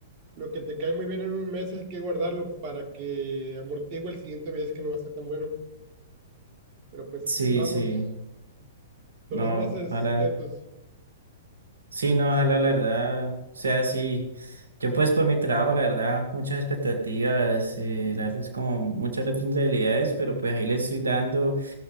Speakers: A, on the right; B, on the right.
A: lo que te cae muy bien en un mes hay que guardarlo para que amortigue el siguiente mes que no va a ser tan bueno, pero pues
B: Sí,
A: así estamos,
B: sí,
A: son
B: no,
A: los meses
B: ojalá,
A: lentos,
B: sí, no, ojalá la verdad sea así. Yo pues por mi trabajo, la verdad, muchas expectativas, eh, la verdad es como muchas responsabilidades, pero pues ahí le estoy dando